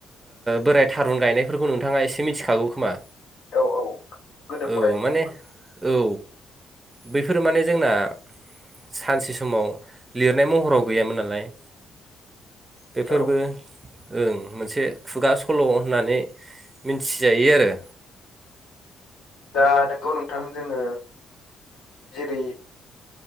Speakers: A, on the right (about 15°); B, on the left (about 75°).
A: बोराइ थारुन गायनायफोरखौ नोंथाङा एसे मिथिखागौ खोमा
B: औ औ गोदो
A: औ
B: फरायनो मोनदोंमोन
A: माने औ बैफोरो माने जोंना सानसे समाव लिरनाय महराव गैयामोन नालाय बेफोरबो
B: औ
A: ओं मोनसे खुगा सल' होननानै मिन्थिजायो आरो
B: दा नोंगौ नोंथां जोङो जेरै